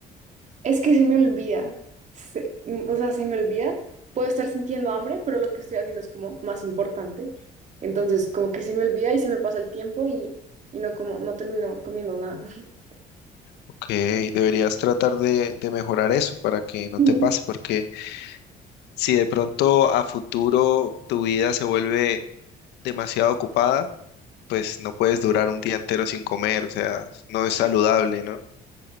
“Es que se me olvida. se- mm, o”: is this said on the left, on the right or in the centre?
Right